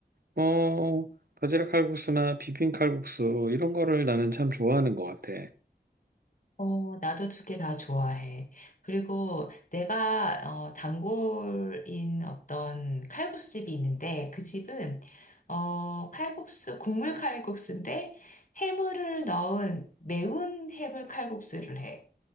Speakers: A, on the right; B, on the left.
A: 어 바지락 칼국수나 비빔 칼국수 이런 거를 나는 참 좋아하는 것 같아.
B: 어, 나도 두 개 다 좋아해. 그리고 내가 어, 단골인 어떤 칼국수 집이 있는데 그 집은 어, 칼국수 국물 칼국수인데 해물을 넣은 매운 해물 칼국수를 해.